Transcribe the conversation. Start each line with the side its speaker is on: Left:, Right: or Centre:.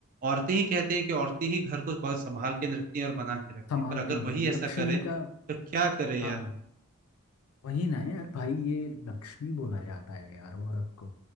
Right: औरतें ही कहते हैं कि औरतें ही घर को बहुत संभाल के रखती हैं और बना के रखती
Left: संभालती
Right: हैं पर अगर
Left: है
Right: वही ऐसा
Left: लक्ष्मी
Right: करे
Left: का
Right: तो क्या करे
Left: हाँ
Right: यार
Left: वही ना यार भाई ये लक्ष्मी बोला जाता है यार औरत को